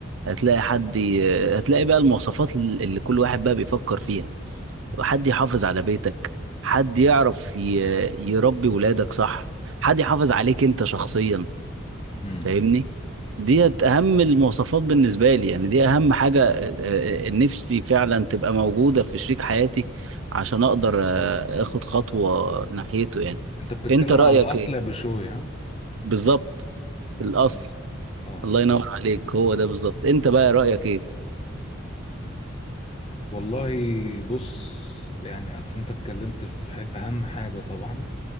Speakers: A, on the right; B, on the left.
A: هتلاقي حد ي... هتلاقي بقى المواصفات اللي كل واحد بقى بيفكر فيها حد يحافظ على بيتك حد يعرف ي... يربي ولادك صح حد يحافظ عليك انت شخصيا
B: امم
A: فاهمني ديت اهم المواصفات بالنسبه لي يعني دي اهم حاجه آه، آه، آه، نفسي فعلا تبقى موجوده في شريك حياتي عشان اقدر آه، اخد خطوه ناحيته يعني
B: أنت بتتكلم
A: انت رايك
B: على الأصل
A: ايه
B: يا بشوي ها؟
A: بالظبط الاصل
B: الأصل آه
A: الله ينور عليك هو ده بالظبط انت بقى رايك ايه
B: والله بص يعني اصل انت اتكلمت في حت- اهم حاجه طبعا